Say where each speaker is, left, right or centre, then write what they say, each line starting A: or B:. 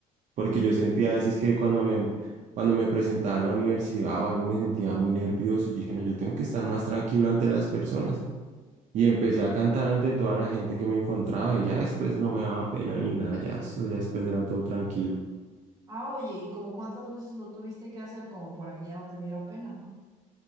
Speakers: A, on the right; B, on the right.
A: Porque yo sentía a veces que cuando me, cuando me presentaba en la universidad o algo me sentía muy nervioso. Yo dije, no, yo tengo que estar más tranquilo ante las personas. Y empecé a cantar ante toda la gente que me encontraba y ya después no me daba pena ni nada, ya eso, ya después era todo tranquilo.
B: ah, oye, ¿y como cuántas veces lo tuviste que hacer como para que ya no te diera pena?